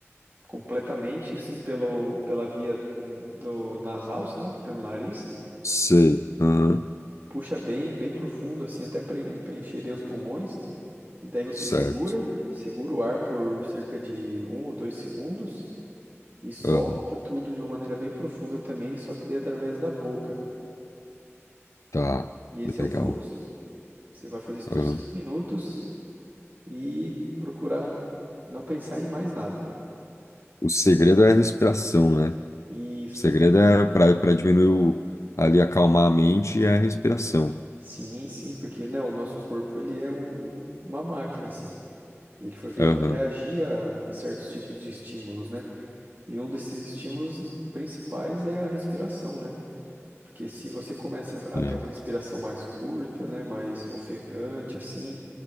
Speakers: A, on the right; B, on the left.
A: completamente assim pelo pela via hum, do nasal, sabe? Pelo nariz.
B: Sei. Aham.
A: Puxa bem, bem profundo assim, até pre- preencher bem os pulmões E daí você
B: Certo.
A: segura, segura o ar por cerca de um ou dois segundos e solta
B: Aham,
A: tudo de uma maneira bem profunda também, só que daí através da boca.
B: Tá,
A: E esse
B: legal.
A: é o fluxo. Você vai fazer isso
B: Aham.
A: por cinco minutos e procurar não pensar em mais nada.
B: O segredo é a respiração, né?
A: Isso.
B: O segredo é para para diminuir o, ali, acalmar a mente é a respiração.
A: Sim, sim, porque né, o nosso corpo ele é um- uma máquina, assim. Ele foi feito
B: Aham.
A: para reagir a, a certos tipos de estímulos, né? E um desses estímulos principais é a respiração, né? Porque se você começa a
B: Sim.
A: ter uma respiração mais curta, né, mais ofegante, assim,